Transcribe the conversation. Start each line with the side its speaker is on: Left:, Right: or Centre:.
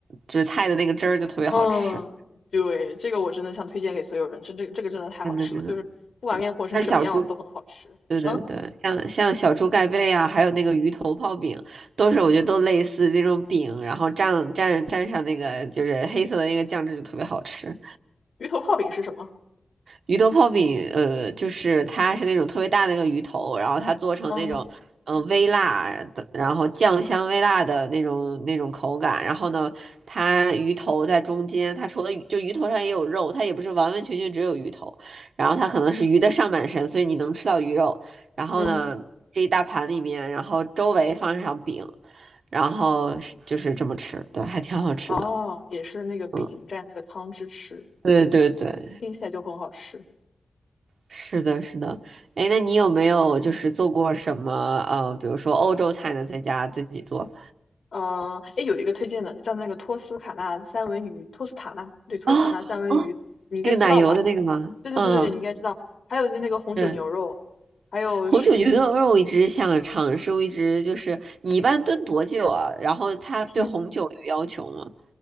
Right: 就是菜的那个汁儿，
Left: <laughs>
Right: 就特别好吃，
Left: 嗯，对，这个我真的想推荐给所有人，真这个这个真的太好吃了，
Right: 真的真的，
Left: 就是不管面和成什么样都很好吃。
Right: 对，像小猪，对对对，
Left: 嗯，
Right: 像像小猪盖被啊，还有那个鱼头泡饼，都是我觉得都类似那种饼，然后蘸蘸蘸上那个就是黑色的那个酱汁，就特别好吃。
Left: 鱼头泡饼是什么？
Right: 鱼头泡饼，呃，就是它是那种特别大的那个鱼头，然后它做成那种，
Left: 嗯
Right: 嗯、微辣的，然后酱香微辣的那种那种口感。然后呢，它鱼头在中间，它除了鱼就鱼头上也有肉，它也不是完完全全只有鱼头。然后它可能是鱼的上半身，所以你能吃到鱼肉。然后呢，
Left: 嗯。
Right: 这一大盘里面，然后周围放上饼，然后是就是这么吃，对，还挺好吃的。
Left: 哦，也是那个饼蘸那个汤汁吃，
Right: 嗯，对对对。
Left: 听起来就很好吃。
Right: 是的，是的。哎，那你有没有就是做过什么呃，比如说欧洲菜呢，在家自己做？
Left: 嗯、哎，有一个推荐的叫那个托斯卡纳三文鱼，托斯塔纳，对，托斯卡纳三文鱼，
Right: 哦哦，
Left: 你应该知道吧？
Right: 那个奶油的那个吗？
Left: 对对对对，
Right: 嗯，
Left: 对，你应该知道。还有那个红酒牛肉，
Right: 嗯，
Left: 还有是
Right: 红酒牛肉我一直想尝试，我一直就是你一般炖多久啊？然后他对红酒有要求吗？
Left: 瓶，